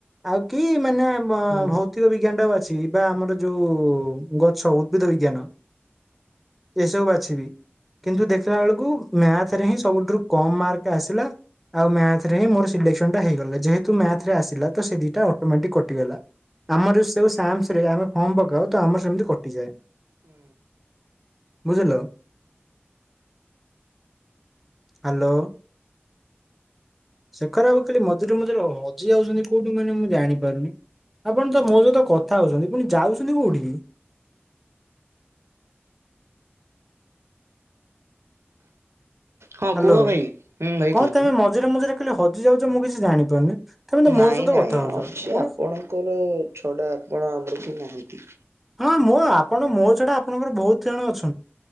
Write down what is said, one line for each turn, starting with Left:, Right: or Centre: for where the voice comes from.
Centre: ଆଉ କି ମାନେ ଭ
Right: ହୁଁ
Centre: ଭୌତିକ ବିଜ୍ଞାନ ଟା ଅଛି ବା ଆମର ଯୋଉ ଗଛ ଉଦ୍ଭିଦ ବିଜ୍ଞାନ, ଏସବୁ ବାଛି ବି। କିନ୍ତୁ ଦେଖିଲା ବେଳକୁ ମ୍ୟାଥରେ ହିଁ ସବୁଠାରୁ କମ ମାର୍କ ଆସିଲା। ଆଉ ମ୍ୟାଥ ରେ ହିଁ ମୋର ସିଲେକ୍ସନଟା ହେଇଗଲା। ଯେହେତୁ ମ୍ୟାଥ ରେ ଆସିଲା ତ ସେ ଦିଟା ଅଟୋମେଟିକ କଟିଗଲା। ଆମର ସବୁ ସାମ୍ସରେ ଆମେ ଫର୍ମ ପକାଉ ତ ଆମର ସେମିତି କଟିଯାଏ।
Right: ହୁଁ।
Centre: ବୁଝିଲ? ହ୍ୟାଲୋ? ଶେଖର ବାବୁ ଖାଲି ମଝିରେ ମଝିରେ ହଜି ଯାଉଛନ୍ତି କୋଉଠି ମାନେ ମୁଁ ଜାଣିପାରୁନି! ଆପଣ ତ ମୋ ସହିତ କଥା ହଉଛନ୍ତି, ପୁଣି ଯାଉଛନ୍ତି କୋଉଠିକି?
Right: ହଁ
Centre: ହ୍ୟାଲୋ
Right: କୁହ ଭାଇ ହୁଁ ଭାଇ
Centre: କଣ
Right: କହୁନ।
Centre: ତମେ ମଝିରେ ମଝିରେ ଖାଲି ହଜି ଯାଉଛ ମୁଁ କିଛି ଜାଣିପାରୁନି? ତମେ ତ
Right: ନାଇଁ
Centre: ମୋ ସହିତ
Right: ନାଇଁ
Centre: କଥା ହଉଛ
Right: ଅଛି
Centre: ପୁଣି
Right: ଆପଣଙ୍କର ଛଡା ଆପଣ ଆମର ବି ନାହାନ୍ତି।
Centre: ହଁ ମୋ ଆପଣ ମୋ ଛଡା ଆପଣଙ୍କର ବହୁତ ଜଣ ଅଛ